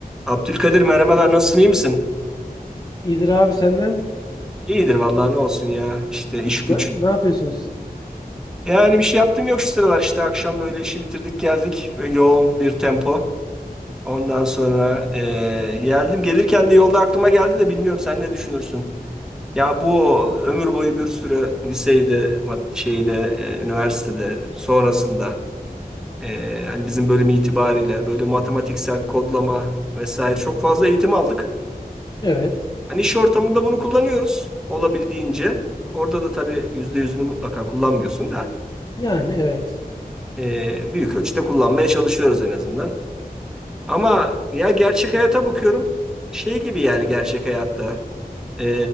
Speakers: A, in the centre; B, on the left.
A: Abdülkadir merhabalar nasılsın iyi misin?
B: İyidir abi senden.
A: İyidir vallahi ne olsun ya işte iş güç.
B: Ne, ne yapıyorsunuz?
A: Yani bir şey yaptım yok şu sıralar işte akşam böyle işi bitirdik geldik böyle yoğun bir tempo. Ondan sonra eee, geldim gelirken de yolda aklıma geldi de bilmiyorum sen ne düşünürsün? Ya bu ömür boyu bir sürü liseyde mat- şeyde eee, üniversitede sonrasında eee, hani bizim bölüm itibariyle böyle matematiksel kodlama vesaire çok fazla eğitim aldık.
B: Evet.
A: Hani iş ortamında bunu kullanıyoruz olabildiğince. Orada da tabii yüzde yüzünü mutlaka kullanmıyorsun da
B: Yani evet.
A: e, büyük ölçüde kullanmaya çalışıyoruz en azından. Ama ya gerçek hayata bakıyorum şey gibi yani gerçek hayatta e,